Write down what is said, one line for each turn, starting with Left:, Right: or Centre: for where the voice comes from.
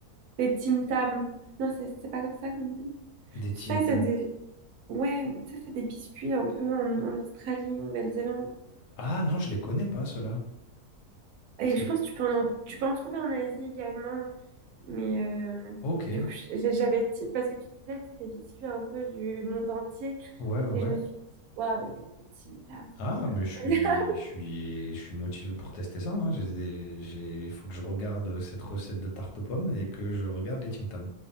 Right: des Tim Tam. Non, c'est c'est pas comme ça qu'on dit.
Left: Des
Right: Tu
Left: Tim
Right: sais, c'est
Left: Tam.
Right: des. Ouais, tu sais, c'est des biscuits un peu en, en Australie, Nouvelle-Zélande.
Left: Ah non,
Right: Je crois
Left: je
Right: que-
Left: les connais pas ceux-là.
Right: c'est-
Left: C'est
Right: Et je pense que tu peux en, tu peux en trouver en Asie également. Mais euh,
Left: OK.
Right: du coup, je- j'avais. ti- Parce que tu disais, tu sais, des biscuits un peu du monde entier.
Left: Ouais, ouais,
Right: Et
Left: ouais.
Right: je me suis dit, waouh, avec des Tim Tam, ça
Left: Ah,
Right: doit être
Left: mais
Right: incroyable.
Left: je suis, je suis, je suis motivé pour tester ça. hein. J'ai des- j'ai- il faut que je regarde cette recette de tarte aux pommes et que je regarde les Tim Tam.